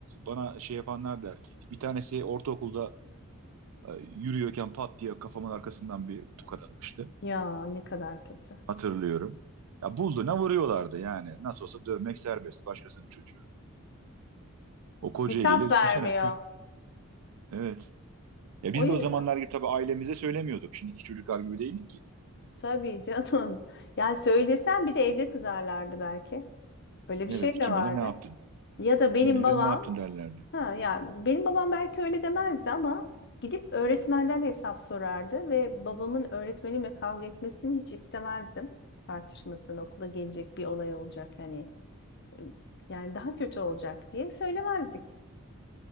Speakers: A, on the right (about 70°); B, on the left (about 50°).
A: bana şey yapanlar da erkekti. Bir tanesi ortaokulda E, yürüyorken pat diye kafamın arkasından bir tokat atmıştı.
B: Ya ne kadar kötü.
A: Hatırlıyorum. Ya bulduğuna vuruyorlardı yani. Nasıl olsa dövmek serbest. Başkasının çocuğu. O koca
B: Hesap
A: eliyle düşünsene.
B: vermiyor.
A: Küt. Evet. Ya
B: O
A: biz
B: yüzden.
A: de o zamanlar gibi tabii ailemize söylemiyorduk. Şimdiki çocuklar gibi değildik ki.
B: Tabii canım. <laughs> Yani söylesen bir de evde kızarlardı belki. Öyle bir
A: Evet
B: şey de
A: kim
B: vardı.
A: bilir ne yaptın.
B: Ya da benim
A: Kim bilir
B: babam,
A: ne yaptın derlerdi.
B: ha ya benim babam belki öyle demezdi ama gidip öğretmenden hesap sorardı ve babamın öğretmenimle kavga etmesini hiç istemezdim. Tartışmasını okula gelecek bir olay olacak hani e, yani daha kötü olacak diye söylemezdik.